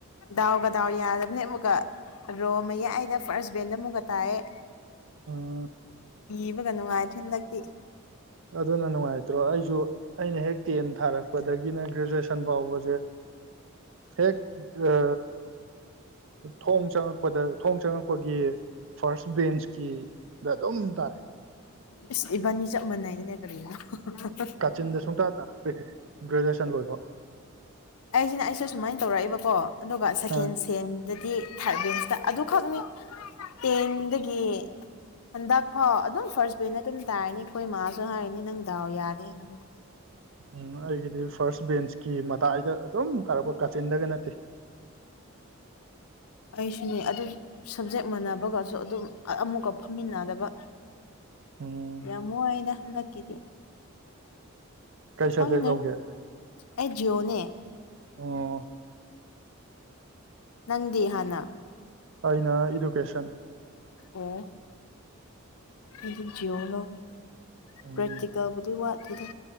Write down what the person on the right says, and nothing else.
ꯎꯝ
ꯑꯗꯨꯅ ꯅꯨꯡꯉꯥꯏꯇ꯭ꯔꯣ ꯑꯩꯁꯨ ꯑꯩꯅ ꯍꯦꯛ ꯇꯦꯟ ꯊꯥꯔꯛꯄꯗꯒꯤꯅ ꯒ꯭ꯔꯦꯖꯨꯑꯦꯁꯟ ꯁꯟ ꯐꯥꯎꯕꯖꯦ ꯍꯦꯛ ꯑ ꯊꯣꯡ ꯆꯪꯉꯛꯄꯗ ꯊꯣꯡ ꯆꯪꯉꯛꯄꯒꯤ ꯐꯥꯔꯁ ꯕꯦꯟꯁꯀꯤꯗ ꯑꯗꯨꯝ ꯇꯥꯔꯛꯏ
ꯀꯥꯆꯤꯟꯗ ꯁꯨꯡꯇꯥ ꯇꯥꯔꯛꯇꯩ ꯒ꯭ꯔꯦꯖꯨꯑꯦꯁꯟ ꯂꯣꯏꯕꯧ
ꯑ
ꯎꯝ ꯑꯩꯒꯤꯗꯤ ꯐꯥꯔꯁ ꯕꯦꯟꯁꯀꯤ ꯃꯇꯥꯏꯗ ꯑꯗꯨꯝ ꯇꯥꯔꯛꯄ ꯀꯥꯆꯤꯟꯗꯒ ꯅꯠꯇꯦ
ꯎꯝ
ꯀꯩ
ꯁꯕꯖꯦꯛ ꯂꯧꯒꯦ
ꯑꯣ
ꯑꯩꯅ ꯏꯗꯨꯀꯦꯁꯟ
ꯎꯝ